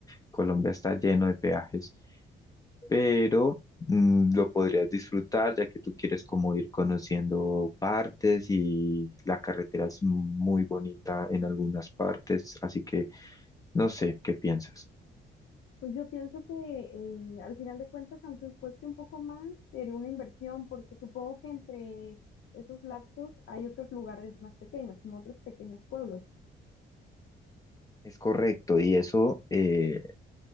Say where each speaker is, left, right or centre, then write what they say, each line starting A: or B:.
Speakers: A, on the left; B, on the left.
A: Colombia está lleno de peajes, pero mm, lo podrías disfrutar ya que tú quieres como ir conociendo partes y la carretera es muy bonita en algunas partes, así que no sé qué piensas.
B: Pues yo pienso que eh, al final de cuentas, aunque cueste un poco más, sería una inversión porque supongo que entre esos lapsos hay otros lugares más pequeños, como otros pequeños pueblos.
A: Es correcto, y eso eh,